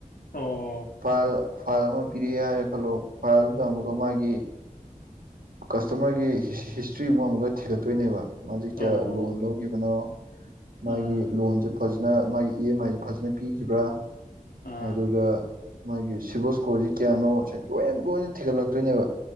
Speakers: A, on the left; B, on the right.
A: ꯑꯣ
B: ꯐꯥꯏꯜ ꯐꯥꯏꯜ ꯑꯃ ꯄꯤꯔꯛꯑꯦ ꯍꯥꯏꯔ ꯈꯜꯂꯣ ꯐꯥꯏꯜꯗꯨꯗ ꯑꯃꯨꯛꯀ ꯃꯥꯒꯤ ꯀꯁꯇꯃꯔꯒꯤ ꯍꯤꯁꯇ꯭ꯔꯤ ꯑꯃ ꯑꯃꯨꯛꯀ ꯊꯤꯒꯠꯇꯣꯏꯅꯦꯕ ꯃꯥꯁꯦ ꯀꯌꯥ
A: ꯑꯣ
B: ꯂꯣꯟ ꯂꯧꯈꯤꯕꯅꯣ ꯕꯅꯣ ꯃꯥꯒꯤ
A: ꯑꯥ
B: ꯂꯣꯟꯁꯦ ꯐꯖꯅ ꯃꯥꯒꯤ ꯏ ꯑꯦꯝ ꯑꯥꯏꯁꯦ ꯐꯖꯅ ꯄꯤꯈꯤꯕ꯭ꯔꯥ
A: ꯑꯥ
B: ꯑꯗꯨꯒ ꯃꯥꯒꯤ ꯁꯤꯕꯣꯏꯁꯀꯣꯁꯦ ꯀꯌꯥꯅꯣ ꯁꯦ ꯂꯣꯏꯅ ꯂꯣꯏꯅ ꯊꯤꯒꯠꯂꯛꯇꯣꯏꯅꯦꯕ